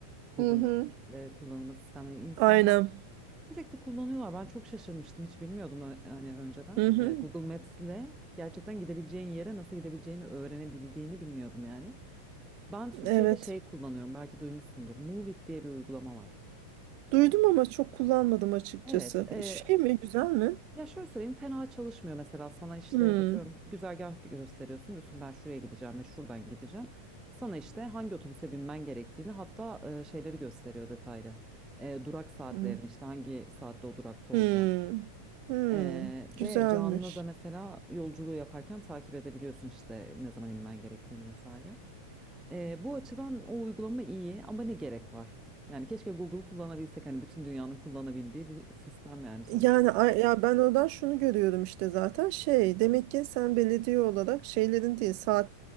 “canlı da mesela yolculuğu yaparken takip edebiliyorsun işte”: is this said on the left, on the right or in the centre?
Centre